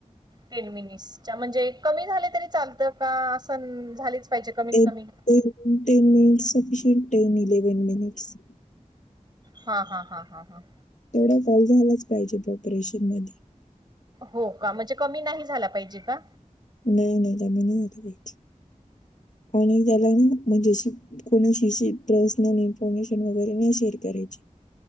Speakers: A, on the right (about 35°); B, on the left (about 65°).
A: टेन मिनिट्सच्या म्हणजे कमी झाले तरी चालतं का? असंनं झालेच पाहिजे कमीत
B: एक
A: कमी?
B: एक ten minutes sufficient, ten eleven minutes.
A: हा-हा-हा-हा-हा.
B: तेवढा कॉल झालाच पाहिजे, प्रॉपरेशन मध्ये
A: हो का, म्हणजे कमी नाही झाला पाहिजे का?
B: नाही-नाही, कमी नाई झाला पायजे. <unintelligible> झाला ना म्हणजे शी कोणाशीही, पर्सनल इन्फॉर्मेशन वगैरे नाही शेअर करायची.